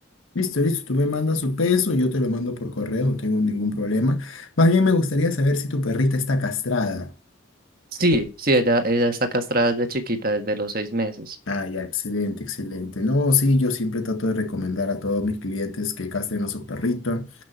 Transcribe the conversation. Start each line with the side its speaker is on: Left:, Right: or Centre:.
Left: Listo, listo. Tú me mandas su peso, yo te lo mando por correo, no tengo ningún problema. Más bien me gustaría saber si tu perrita está castrada.
Right: Sí, sí, ella, ella está castrada desde chiquita, desde los seis meses.
Left: Ah, ya, excelente, excelente. No, sí, yo siempre trato de recomendar a todos mis clientes que castren a su perrito.